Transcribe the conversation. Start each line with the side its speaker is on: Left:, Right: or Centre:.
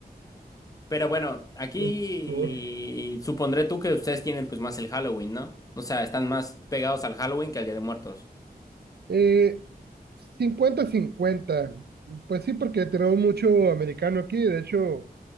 Left: Pero bueno, aquí
Right: del sur.
Left: supondré tú que ustedes tienen pues más el Halloween, ¿no? O sea, están más pegados al Halloween que al Día de Muertos.
Right: Eh, cincuenta 50 Pues sí, porque tenemos mucho americano aquí. De hecho,